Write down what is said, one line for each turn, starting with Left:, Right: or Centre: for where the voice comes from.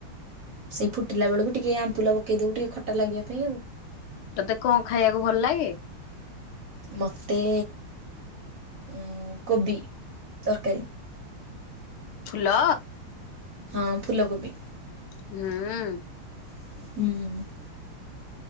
Right: ସେ ଫୁଟିଲା ବେଳୁକୁ ଟିକେ ଆମ୍ବୁଲ ପକେଇଦବୁ ଟିକେ ଖଟା ଲାଗିବା ପାଇଁ ଆଉ।
Left: ତତେ କଣ ଖାଇଆକୁ ଭଲ ଲାଗେ?
Right: ମତେ ଉଁ କୋବି ତରକାରୀ।
Left: ଫୁଲ?
Right: ହଁ ଫୁଲକୋବି।
Left: ହୁଁ।
Right: ହୁଁ।